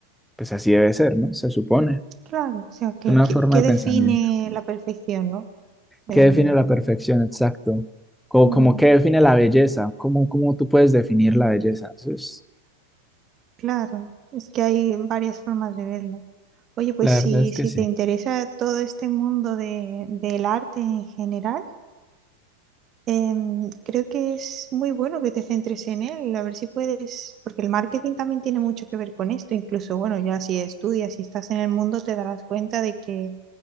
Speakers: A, in the centre; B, on the right.
A: pues así debe ser, ¿no? Se supone.
B: claro, o sea, que,
A: Es una
B: que,
A: forma
B: que
A: de
B: define
A: pensamiento.
B: la perfección, ¿no? Eh,
A: ¿Qué define la perfección? Exacto. Como,
B: mm,
A: como qué define la belleza. ¿Cómo, cómo tú puedes definir la belleza? Eso es,
B: claro, es que hay varias formas de verlo. Oye, pues
A: la
B: si,
A: verdad es que
B: si
A: sí.
B: te interesa todo este mundo de, del arte en general, Em, creo que es muy bueno que te centres en él, a ver si puedes, porque el marketing también tiene mucho que ver con esto, incluso, bueno, ya si estudias y estás en el mundo, te darás cuenta de que